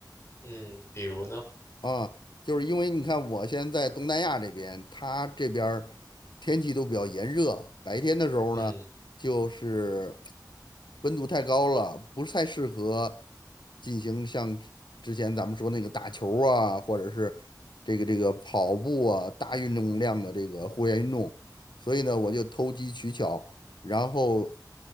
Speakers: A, on the left (about 35°); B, on the left (about 90°).
A: 嗯，比如呢，
B: 啊，就是因为你看我现在在东南亚这边，它这边儿天气都比较炎热，白天的时候呢就是。
A: 嗯
B: 温度太高了，不是太适合进行像之前咱们说那个打球儿啊，或者是这个这个跑步啊，大运动量的这个户外运动。所以呢，我就投机取巧，然后